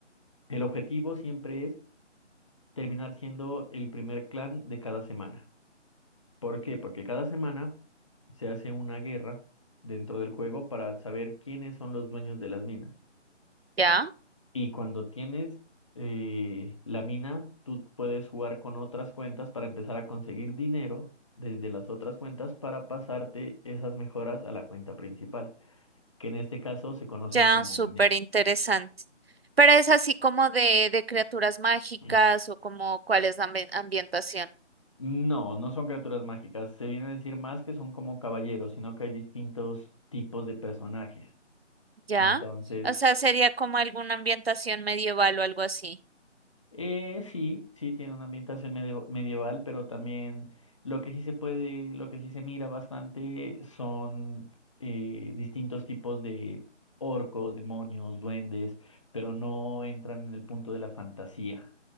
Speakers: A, on the left (about 25°); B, on the right (about 55°).
A: El objetivo siempre es terminar siendo el primer clan de cada semana. ¿Por qué? Porque cada semana se hace una guerra dentro del juego para saber quiénes son los dueños de las minas.
B: ya,
A: Y cuando tienes eh, la mina, tú puedes jugar con otras cuentas para empezar a conseguir dinero desde las otras cuentas para pasarte esas mejoras a la cuenta principal, que en este caso se conocen
B: ya,
A: como
B: súper
A: minero.
B: interesante. Pero es así como de, de criaturas mágicas
A: <clears throat>
B: o como cuál es la ambi- ambientación,
A: No, no son criaturas mágicas. Se viene a decir más que son como caballeros, sino que hay distintos tipos de personajes.
B: ¿ya?
A: Entonces,
B: O sea, sería como alguna ambientación medieval o algo así.
A: Eh, sí, sí, tiene una ambientación medio- medieval, pero también lo que sí se puede, lo que sí se mira bastante son eh, distintos tipos de orcos, demonios, duendes, pero no entran en el punto de la fantasía,